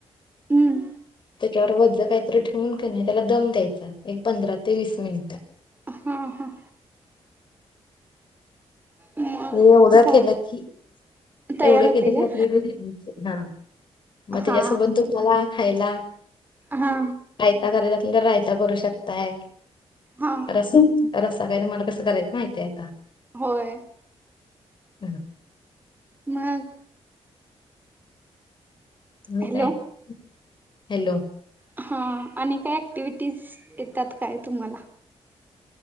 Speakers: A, on the right; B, on the left.
A: हम्म
B: त्याच्यावर वज काहीतरी ठेवून. का नाही त्याला दम द्यायचा एक पंधरा ते वीस मिनिट.
A: हा, हा. मग
B: एवढ
A: जा
B: केल की
A: तयार
B: एवढं
A: होते
B: क
A: का
B: आप <unintelligible> ह मग त्याच्यासोबत
A: हा
B: दुमला खायला
A: हा.
B: एका बरबरला रायता करू शकताय
A: हा
B: तर असं रस्सा काय तुमला कंस करायचं माहितीय आता.
A: होय
B: हं.
A: <inaudible> मग.
B: म
A: हॅलो
B: काय <inaudible> हॅलो.
A: हा आणि काय ऍक्टिव्हटीज येतात ताई तुम्हाला.